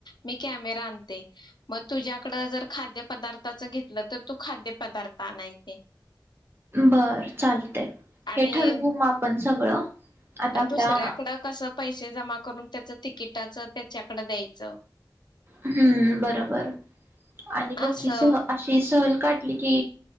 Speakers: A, on the left; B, on the right.
A: मी कॅमेरा आणते मग तुझ्याकड जर खाद्य पदार्थच घेतलं तर तू खाद्य पदार्थ आणायचे.
B: बर चालत
A: आणि
B: हे ठरवू मग आपण सगळं, आता आपल्या
A: दुसऱ्याकडं कसं पैसे जमा करून त्याच तिकिटाच त्याच्याकडं द्यायचं,
B: हम्म बरोबर आणि बघकी
A: असं.
B: सह अशी सहल काढली की